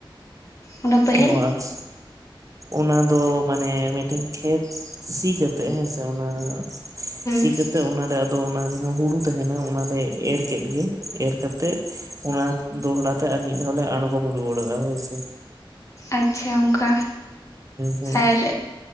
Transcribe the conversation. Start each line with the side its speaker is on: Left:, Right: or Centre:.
Left: ᱚᱱᱟ ᱯᱟᱹᱦᱤᱞ?
Right: ᱚᱥ ᱚᱱᱟ ᱫᱚ ᱢᱟᱱᱮ ᱢᱤᱫᱴᱮᱱ ᱠᱷᱮᱛ ᱥᱤ ᱠᱟᱛ ᱛᱮ ᱦᱮᱸᱥᱮ ᱚᱱᱟ ᱥᱤ
Left: ᱜᱮᱫ
Right: ᱠᱟᱛᱮ ᱚᱱᱟᱨᱮ ᱟᱫᱚ ᱚᱱᱟ ᱡᱟᱦᱟᱸ ᱦᱩᱲᱩ ᱛᱮᱦᱮᱸᱱᱟ ᱚᱱᱟᱞᱮ ᱮᱨ ᱠᱮᱫ ᱜᱮ ᱮᱨ ᱠᱟᱛᱮᱫ ᱚᱱᱟ ᱫᱚᱦᱚᱲᱟ ᱛᱮ ᱟᱨ ᱢᱤᱫ ᱫᱷᱟᱣ ᱞᱮ ᱟᱬᱜᱚᱢ ᱨᱩᱣᱟᱹᱲᱟᱜᱼᱟ ᱦᱳᱭᱥᱮ᱾
Left: ᱟᱪᱪᱷᱟ ᱚᱝᱠᱟ
Right: ᱦᱳᱭ
Left: ᱟᱨ